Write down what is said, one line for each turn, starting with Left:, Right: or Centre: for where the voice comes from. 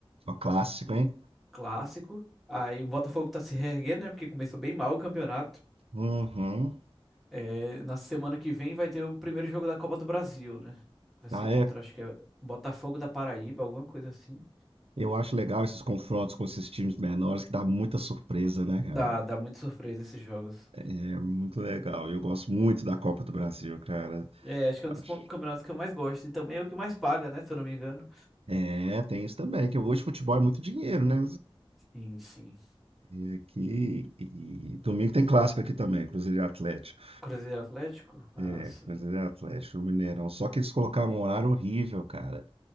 Right: O clássico, hein?
Centre: clássico. Aí o Botafogo tá se reerguendo, né? Porque começou bem mal o campeonato.
Right: Uhum.
Centre: É, na semana que vem vai ter o primeiro jogo da Copa do Brasil, né? Vai ser
Right: Ah,
Centre: contra,
Right: é.
Centre: acho que é Botafogo da Paraíba, alguma coisa assim.
Right: Eu acho legal esses confrontos com esses times menores, que dá muita surpresa, né, cara?
Centre: Dá, dá muita surpresa esses jogos.
Right: É muito legal. Eu gosto muito da Copa do Brasil, cara.
Centre: É, acho que é um
Right: Acho-
Centre: dos com- campeonatos que eu mais gosto e também é o que mais paga, né? Se eu não me engano.
Right: É, tem isso também, que hoje futebol é muito dinheiro, né?
Centre: Sim, sim.
Right: E aqui, e domingo tem clássico aqui também, Cruzeiro e Atlético.
Centre: Cruzeiro e Atlético? Ah,
Right: É,
Centre: sim.
Right: Cruzeiro e Atlético, no Mineirão. Só que eles colocaram um horário horrível, cara.